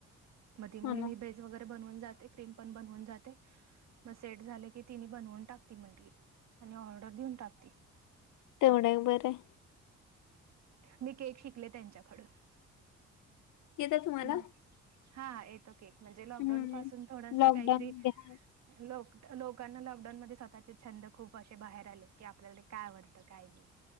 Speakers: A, on the right; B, on the left.
A: म ती म्हणली
B: हो ना
A: मी बेस वैगेरे बनवून जाते क्रीम पण बनवून जाते. मग सेट झाले की तिनी बनवून टाकती म्हंटली आणि ऑर्डर देऊन टाकती.
B: तेवढ बरये.
A: मी केक शिकले त्यांच्याकडून
B: येतं तुम्हाला
A: मग हा येतो केक म्हणजे लॉकडाऊन
B: हम्म
A: पासून थोडस
B: लॉकडाऊन
A: काहीतरी
B: मध्ये हा
A: लोक लोकांना लॉकडाऊन मध्ये स्वतःचे छंद खूप अशे बाहेर आलेत की, आपल्याला काय आवडतं काय नाही.